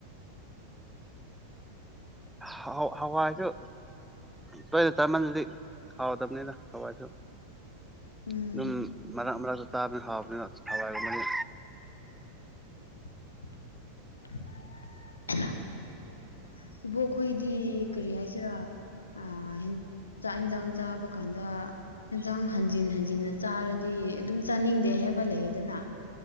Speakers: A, on the left; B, in the centre.
A: <inaudible> <inaudible>
B: ꯍ ꯍꯋꯥꯁꯨ ꯇꯣꯏꯂꯦꯠ ꯆꯥꯃꯥꯟꯜꯂꯗꯤ ꯍꯥꯎꯗꯕꯅꯤꯅ ꯍꯋꯥꯏꯁꯨ
A: ꯎꯝ
B: ꯑꯗꯨꯝ ꯃꯔꯛ ꯃꯔꯛꯇ ꯆꯥꯕꯅꯤ ꯍꯥꯎꯕꯅꯤꯅ ꯍꯋꯥꯏꯕ
A: <inaudible> <inaudible> ꯏꯕꯣꯛꯈꯣꯏꯗꯤ ꯀꯔꯤ ꯍꯥꯏꯁꯤꯔꯥ ꯑ ꯆꯥꯛ ꯌꯦꯟꯁꯥꯡ ꯆꯥꯕ ꯀꯥꯟꯗ ꯌꯦꯟꯁꯥꯡ ꯍꯟꯖꯤꯟ ꯍꯟꯖꯤꯟꯅ ꯆꯥꯔꯗꯤ ꯑꯗꯨꯝ ꯆꯥꯅꯤꯡꯗꯦ ꯍꯥꯏꯦꯕ ꯂꯩꯗꯅ